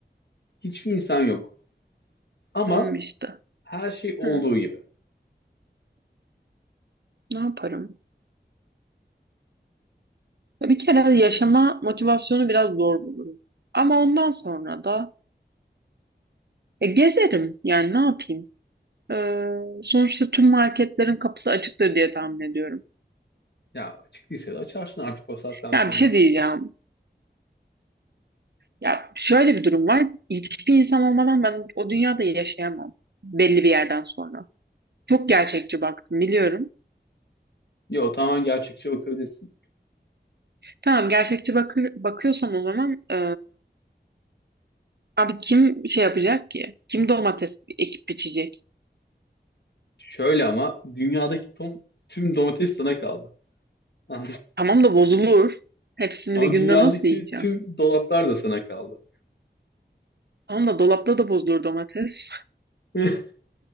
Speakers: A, on the left (about 70°); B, on the right (about 65°).
A: Hiçbir insan yok. Ama
B: Tamam işte.
A: her şey olduğu
B: Hı.
A: gibi.
B: Ne yaparım? Ya Bir kere yaşama motivasyonu biraz zor bulurum. Ama ondan sonra da e, gezerim. Yani ne yapayım? Ee, sonuçta tüm marketlerin kapısı açıktır diye tahmin ediyorum.
A: Ya açık değilse de açarsın artık o saatten
B: Ya
A: sonra.
B: bir şey diyeceğim. Ya şöyle bir durum var. Hiçbir insan olmadan ben o dünyada yaşayamam. Belli bir yerden sonra. Çok gerçekçi baktım biliyorum.
A: Yo tamamen gerçekçi bakabilirsin.
B: Tamam gerçekçi bakı- bakıyorsan o zaman e, abi kim şey yapacak ki? Kim domates ekip biçecek?
A: Şöyle ama dünyadaki tom, tüm domates sana kaldı. <laughs>
B: Tamam da bozulur. Hepsini
A: Ama
B: bir günde
A: dünyadaki
B: nasıl yiyeceğim?
A: tüm dolaplar da sana kaldı.
B: Tamam da dolapta da bozulur domates.
A: <laughs>